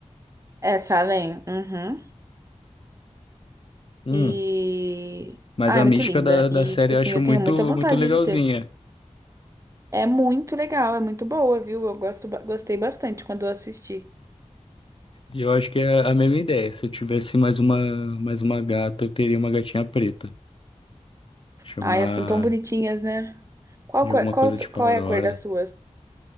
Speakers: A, on the right (about 25°); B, on the left (about 45°).
A: É, Salem. Uhum.
B: Hum.
A: E.
B: Mas
A: Ah,
B: a
A: é muito
B: mística
A: linda.
B: da, da
A: E,
B: série
A: tipo
B: eu
A: assim,
B: acho
A: eu
B: muito,
A: tenho muita vontade
B: muito legalzinha.
A: de ter. É muito legal, é muito boa, viu? Eu gosto, ba- gostei bastante quando eu assisti.
B: E eu acho que é a mesma ideia. Se eu tivesse mais uma, mais uma gata, eu teria uma gatinha preta. Chamar
A: Ai, elas são tão bonitinhas, né? Qual,
B: de
A: cor-
B: alguma
A: qual,
B: coisa tipo
A: qual
B: Aurora.
A: é a cor das suas?